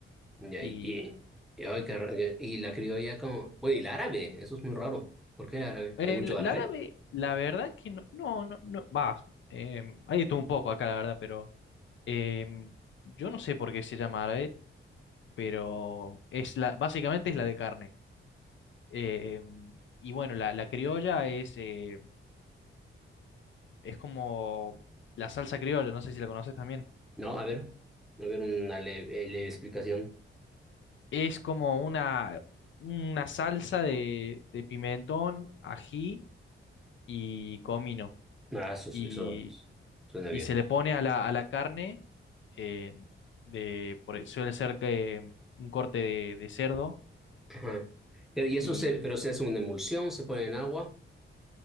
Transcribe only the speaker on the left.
Y
el,
la árabe, la verdad que no, no, no, no- va. em, hay tú un poco acá, la verdad, pero em, yo no sé por qué se llama árabe, pero es la, básicamente es la de carne. Eh, y bueno, la, la criolla es, eh, es como la salsa criolla, no sé si la conoces también.
Es como una, una salsa de, de pimentón, ají y comino.
Y,
y se le pone a la, a la carne, eh, de, por- suele ser que un corte de, de cerdo.
Y